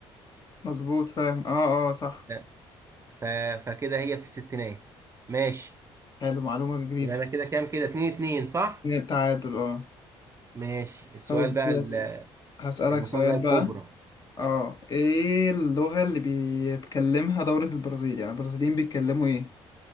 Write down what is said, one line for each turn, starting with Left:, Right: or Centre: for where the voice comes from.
Left: مظبوط فاهم اه اه صح
Right: لا، ف... فكده هي في الستينات ماشي
Left: حلو معلومة جديدة
Right: يبقى انا كده كام كده اتنين اتنين صح
Left: من التعادل اه
Right: ماشي السؤال
Left: طب
Right: بقى ال-
Left: هسألك
Right: المفاجاه
Left: سؤال
Right: الكبرى
Left: بقى اه ايه اللغة اللي بيتكلمها دولة البرازيل يعني البرازيليين بيتكلموا ايه